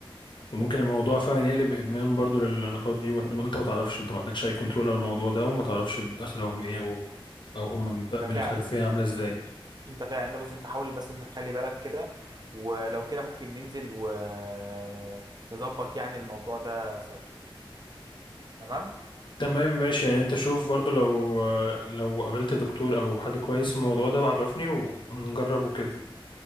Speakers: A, on the left; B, on the right.
A: وممكن الموضوع فعلا يقلب ادمان برضو للعلاقات دي وانت وإنت ما تعرفش انت ما عندكش اي كنترول على الموضوع ده وما تعرفش اخلاقهم ايه او او هم من
B: ده
A: من
B: فعلا
A: الخلفية
B: انت
A: عاملة ازاي
B: انت انت فعلا ده بص انت حاول بس انت تخلي بالك كده ولو كده ممكن ننزل ونظبط يعني الموضوع ده سوا تمام
A: تمام ماشي يعني انت شوف برضو لو لو قابلت دكتور او حد كويس في الموضوع ده بعرفني ونجربه كده